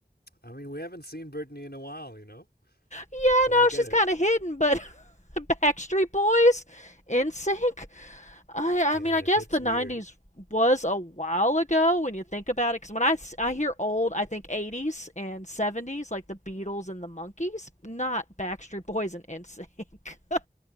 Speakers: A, on the left; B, on the left.
A: I mean, we haven't seen Britney in a while, you know?
B: yeah,
A: So
B: no,
A: I get
B: she's
A: it.
B: kind of hidden, but <laughs> Backstreet Boys, NSYNC. I,
A: Yeah,
B: I mean, I
A: it
B: guess
A: hits
B: the
A: weird.
B: '90s was a while ago when you think about it. Because when I, I hear old, I think '80s and '70s, like the Beatles and the Monkees. not Backstreet Boys and NSYNC. <laughs>